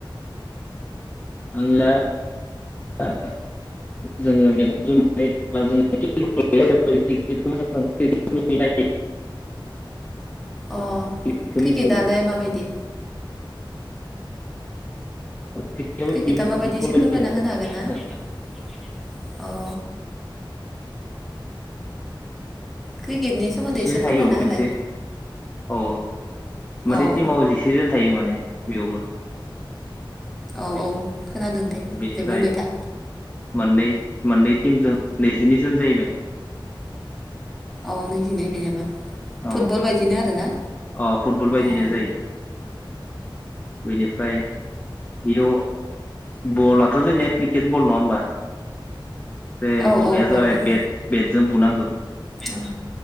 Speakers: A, on the left; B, in the centre.
A: <unintelligible>
B: अ
A: क्रिकेटखौ
B: क्रिकेटआलाय
A: मिथिगौ
B: माबायदि
A: क्रिकेटआबो
B: कैकेटआ
A: बिदिनो
B: माबायदि
A: फुटबल
B: एसे
A: बायदिनो
B: फोरमायना होनो हागोन ना अ क्रिकेटनि सोमोन्दै
A: जिसेजन
B: एसे
A: थायो
B: फोरमायना
A: अबावबा
B: होलाय
A: मोनसे औ मोनसे
B: औ
A: टिमाव जिसेजन थायो माने बेयावनो
B: औ औ खोनादों दे
A: बेनिफ्राय
B: दे बुंबाय था
A: मोननै मोननै टिमजों नैजिनै जोन जाहैबाय
B: औ नैजे नैबनोाबबो
A: औ
B: फुटबल बायदिनो आरोना
A: अ फुटबल बायदिनो
B: औ
A: जायो बेनिफ्राय बेयाव बलाथ' जोंनिया क्रिकेट बल नङा होमबा बे
B: औ
A: बुनाया
B: औ बल
A: जाबाय
B: ओं
A: बेट बेटजों बुनांगौ
B: औ